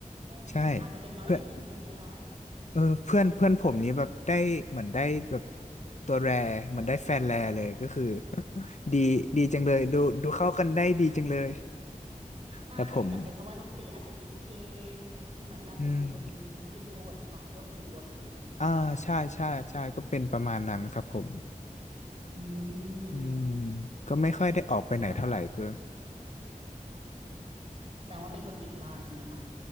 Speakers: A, on the right (about 45°); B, on the left (about 55°).
A: เอออาจจะเป็นร้อยในหนึ่งหนึ่งในร้อย
B: ใช่เพื่อน เออเพื่อนเพื่อนผมนี้แบบได้เหมือนได้แบบตัวแรเหมือนได้แฟนแรเลยก็คือ
A: อืม
B: <laughs> ดีดีจังเลยดูดูเข้ากันได้ดีจังเลย
A: ไม่แต่เป็นเพราะว่าน้องตีอาจจะติดเกมเหมือนแบบเป็นคน
B: แต่ผมอืม
A: อินโทรหรือเปล่าโลกส่วนตัวสูงหรืออะไรประมาณนี้
B: อ่าใช่ใช่ใช่ก็เป็นประมาณนั้นครับผม
A: อืม
B: อืมก็ไม่ค่อยได้ออกไปไหนเท่าไหร่ก็
A: ก็แสดงว่าเป็นคนติดบ้านใช่ไหมคะ